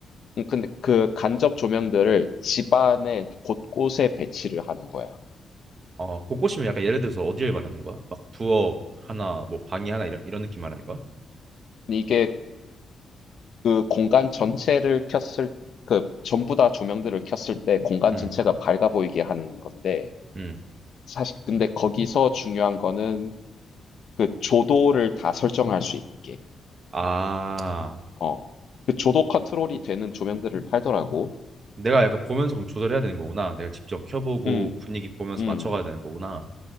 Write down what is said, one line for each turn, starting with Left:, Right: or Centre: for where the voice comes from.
Left: 음, 근데 그 간접 조명들을 집안의 곳곳에 배치를 하는 거야.
Right: 어, 곳곳이면 약간 예를 들어서 어디를 말하는 거야? 막 부엌 하나, 뭐 방이 하나 이런, 이런 느낌 말하는 거야?
Left: 근데 이게 그 공간 전체를 켰을 그 전부 다 조명들을 켰을 때 공간
Right: 음,
Left: 전체가 밝아 보이게 하는 건데
Right: 음.
Left: 사실 근데 거기서 중요한 거는 그 조도를 다 설정할 수 있게.
Right: 아,
Left: 어. 그 조도 컨트롤이 되는 조명들을 팔더라고.
Right: 내가 약간 보면서 그럼 조절해야 되는 거구나. 내가 직접 켜보고
Left: 음.
Right: 분위기 보면서
Left: 음.
Right: 맞춰가야 되는 거구나.